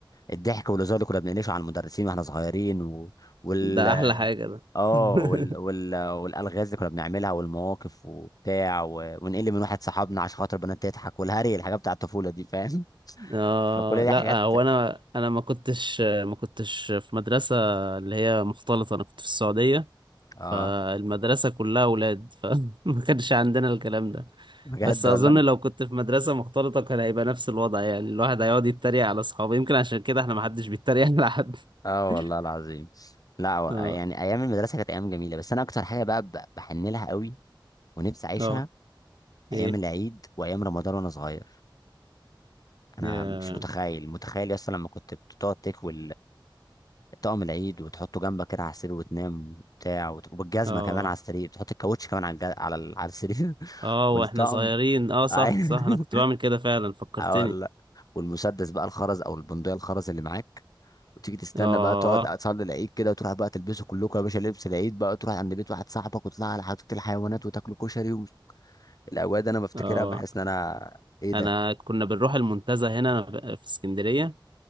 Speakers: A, on the left (about 45°); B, on the right (about 65°).
A: الضحك والهزار اللي كنا بنقلشه على المدرسين واحنا صغيرين و... وال
B: ده احلى حاجة ده
A: اه
B: <laughs>
A: وال... وال... والالغاز اللي كنا بنعملها والمواقف وبتاع و... ونقل من واحد صاحبنا عشان خاطر بنات تضحك والهري الحاجات بتاع الطفوله دي فاهم
B: اه
A: <laughs> فكل دي
B: لا
A: حاجات
B: هو انا انا ما كنتش ما كنتش في مدرسة اللي هي مختلطة انا كنت في السعودية
A: اه
B: فالمدرسة كلها اولاد فما <laughs> كانش عندنا الكلام ده
A: بجد
B: بس اظن
A: والله
B: لو كنت في مدرسة مختلطة كان هيبقى نفس الوضع يعني الواحد هيقعد يتريق على اصحابه يمكن عشان كده احنا ما حدش بيتريق على حد
A: اه والله
B: <laughs>
A: العظيم لا و-
B: اه
A: يعني ايام المدرسه كانت ايام جميله بس انا اكتر حاجه بقى ب- بحن لها قوي ونفسي اعيشها
B: اه
A: ايام
B: ايه
A: العيد وايام رمضان وانا صغير انا
B: يا-
A: مش متخيل متخيل يا اسطى لما كنت بتقعد تكوي طقم العيد وتحطه جنبك كده على السرير وتنام وبتاع وت- وبالجزمه
B: اه
A: كمان على السرير تحط الكاوتش كمان على الج... على ال- على السرير <laughs>
B: اه
A: والطقم
B: واحنا صغيرين اه صح
A: <laughs>
B: صح انا كنت بعمل كده فعلا فكرتني
A: اه والله والمسدس بقى الخرز او البندقيه الخرز اللي معاك وتيجي تستنى
B: اه
A: بقى تقعد تصلي العيد كده وتروح بقى تلبسوا كلكم يا باشا لبس العيد بقى تروح عند بيت واحد صاحبك وتطلع على حديقه الحيوانات وتاكلوا كشري ومش... الاوقات دي انا بفتكرها
B: اه
A: بحس ان انا ايه ده
B: انا كنا بنروح المنتزه هنا في اسكندرية